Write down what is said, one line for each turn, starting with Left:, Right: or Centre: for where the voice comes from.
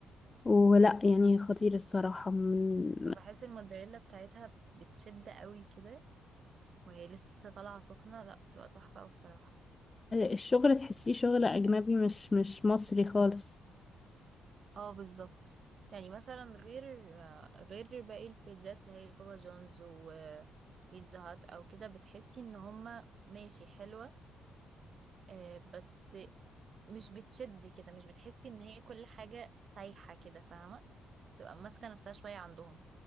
Left: ولا يعني خطير الصراحة من
Right: بحس الموتزاريلا بتاعتها بتشد قوي كده وهي لسه طالعة سخنة لا بتبقى تحفة أوي بصراحة
Left: الشغل تحسيه شغل أجنبي مش مش مصري خالص
Right: اه بالظبط يعني مثلا غير غير باقي البيتزات اللي هي بابا جونز وبيتزا هات او كده بتحسي ان هما ماشي حلوة آه، بس مش بتشد كده مش بتحسي ان هي كل حاجة سايحة كده فاهمة تبقى ماسكة نفسها شوية عندهم